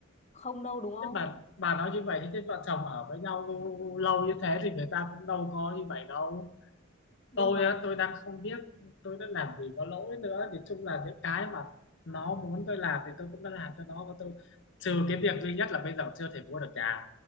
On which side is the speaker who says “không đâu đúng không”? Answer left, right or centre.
Left